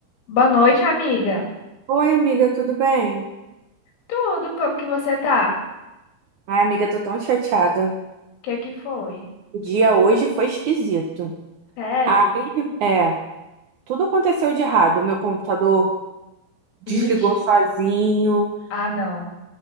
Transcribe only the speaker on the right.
Oi, amiga, tudo bem?
Ai, amiga, tô tão chateada.
O dia hoje foi esquisito.
Aí, é, tudo aconteceu de errado. Meu computador desligou
sozinho.